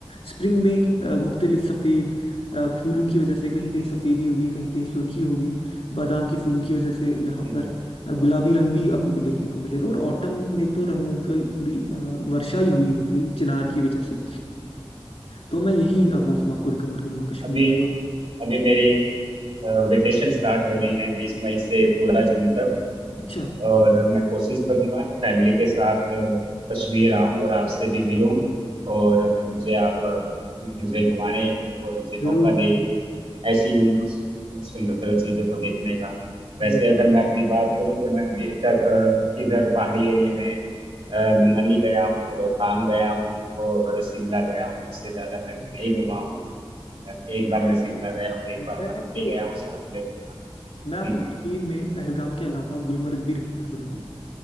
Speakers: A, on the left (about 85°); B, on the right (about 80°).
A: स्प्रिंग में अ, मुख्तलिफ सफ़ेद फूलों की वजह से कहीं कहीं सफ़ेदी होगी कहीं कहीं सुर्खी होगी बादाम के फूलों की वजह से यहाँ
B: हम्म,
A: पर अ, गुलाबी रंग भी आपको देखने को मिलेगा और ऑटम में तो रंगों की पूरी अ, वर्षा ही हुई होती है चिनार की वजह से तो मैं यही अ, मौसम आपको रिकमेंड करूंगा कश्मीर
B: अभी अभी मेरी वेकेशन स्टार्ट हो रही है बीस मई से पूरा जून तक
A: अच्छा
B: और मैं कोशिश करूंगा फैमिली के साथ अ, कश्मीर आऊं और आपसे भी मिलूं और मुझे आप अ, मुझे घुमाने और मुझे
A: जरूर
B: मौका दे ऐसी सुंदर चीजों को देखने का वैसे
A: जरूर
B: अगर मैं अपनी बात करूं तो मैं अभी तक अ, इधर पहाड़ी एरिया में अ, मनाली गया हूँ रोहतांग गया हूँ और शिमला गया हूँ इससे ज्यादा मैं नहीं
A: हाँ,
B: घुमा हूँ एक बार मैं शिमला गया हूँ एक
A: मैं
B: बार मनाली
A: आपको
B: गया हूँ साथ में रोहतांग
A: मैं आपको
B: हम्म,
A: कश्मीर में पहलगाम के अलावा गुलमर्ग भी रिकमेंड करूंगा